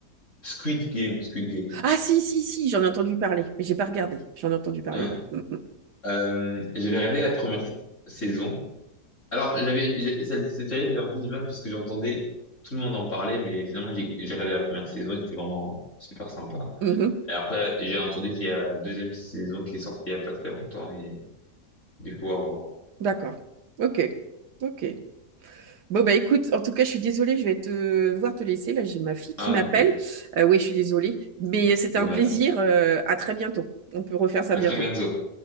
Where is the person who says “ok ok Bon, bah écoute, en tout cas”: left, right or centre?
Right